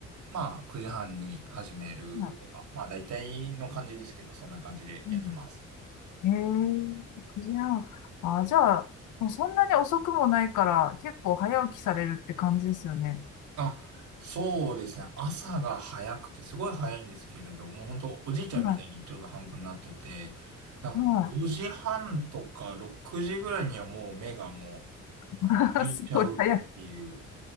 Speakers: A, on the right; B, on the left.
A: まあ9時半に始めるとか、
B: はい
A: まあ大体の感じですけど、そんな感じでやってます。
B: うんええ9時半。あ、じゃあ、もうそんなに遅くもないから、結構早起きされるって感じですよね。
A: あ、そうですね。朝が早くて、すごい早いんですけれども、本当おじいちゃんみたいにちょうど半分になってて、
B: は
A: なんか5時半とか6時ぐらいにはもう目がもう、
B: い。はい。<laughs>
A: あの、開いちゃう。
B: すごい早い。
A: っていう